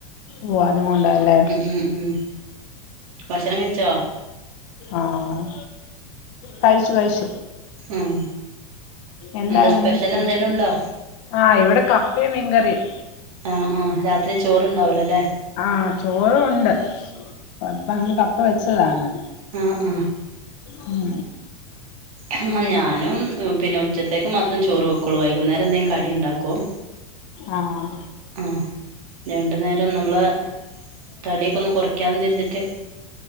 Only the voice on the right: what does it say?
ഉം ഉം ഭക്ഷണം കഴിച്ചോ
ഉം
എന്താ
എന്തേലും ഉണ്ടോ
ആഹ് ആഹ് രാത്രി ചോറ്ണ്ടാവിലാല്ലേ
ആഹ് ആഹ്
ആഹ് ഞാനും പിന്നെ ഉച്ചത്തേക്ക് മാത്രം ചോറ് വെക്കുള്ളൂ വൈകുന്നേരം എന്തെലും കടിണ്ടാക്കും
ആഹ് രണ്ടു നേരം നമ്മള് തടിയൊക്കെ ഒന്ന് കുറയ്ക്കാന്ന് വിചാരിച്ചിട്ട്